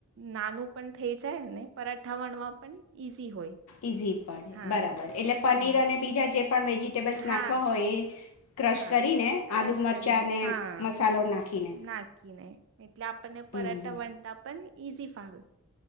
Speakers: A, on the right; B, on the left.
A: નાનું પણ થઈ જાય અને પરાઠા વણવા પણ ઈઝી હોય.
B: ઈઝી પડે
A: હા
B: બરાબર એટલે પનીર
A: હમ
B: અને બીજા જે પણ વેજીટેબલ્સ
A: હા,
B: નાખવા હોય એ ક્રશ
A: હા
B: કરીને
A: ક્રશ
B: આદુ મરચાં
A: કરીને
B: અને
A: હા
B: મસાલો નાખીને
A: નાખીને એટલે આપણને
B: હમ
A: પરાઠા વણતા પણ ઇઝી ફાવે.